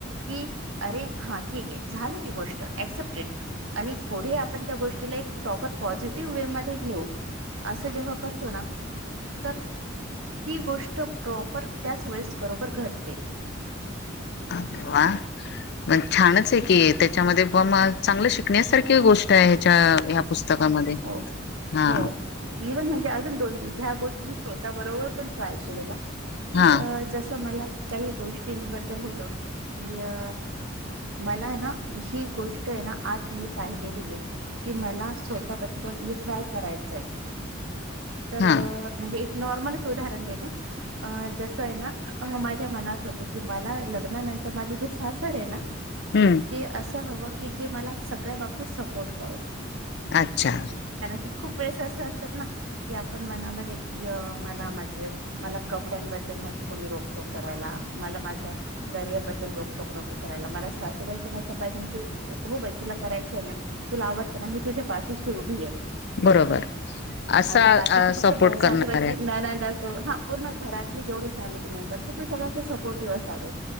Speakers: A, on the right; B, on the left.
A: की, अरे हा ठीक आहे झाले ती गोष्ट ऍक्सेप्टेड. आणि पुढे आपण त्या गोष्टीला एक प्रॉपर पॉझिटिव्ह वे मध्ये नेऊ. असं जेव्हा करतो ना, तर ती गोष्ट प्रॉप पर त्याच वेळेस बरोबर घडते.
B: अरे वा! म छानच आहे की, त्याच्यामध्ये प म चांगलं शिकण्यासारखी गोष्ट आहे ह्याच्या ह्या पुस्तकामध्ये.
A: हो
B: हा
A: हो. इव्हन म्हणजे अजून दोन ती ज्या गोष्टी मी स्वतः बरोबर पण ट्राय केलेल्या. कि
B: हा
A: अ जसं मला काही गोष्टींबद्दल होतं, की अ मला हाय ना, ही गोष्ट आहे ना आज मी पाहिलेली आहे, की मला स् ता बद्दल विचार करायचाय तर
B: हा
A: अ म्हणजे एक नॉर्मलच उदाहरण देते. अ जसं आहे ना माझ्या मनात होतो की मला लग्नानंतर माझं जे सासर आहे ना.
B: हम्म.
A: ते असं हवं की जे मला सगळ्या बाबतीत सपोर्ट करेल.
B: अच्छा!
A: कारण की खूप वेळेस असं असतात ना, की आपण मनामध्ये अ मनामध्ये मला कपड्यांबद्दल नको कोणी रोकटोक करायला. मला माझा करिअर बद्दल रोकटोक नोको करायला. मला सासूबाई पणं पाहिजे ना की हो बाई तुला करायचंय ना. तुला आवडतं ना, मी तुझ्या पाठीशी उभी आहे.
B: बरोबर असा
A: आणि बाकीचे फक्त
B: सपोर्ट करणाऱ्या
A: सासुबाई <unintelligible> हा पूर्ण घरातले जेवढे फॅमिली मेंबर ते सगळे सपोर्टिव्ह असावे.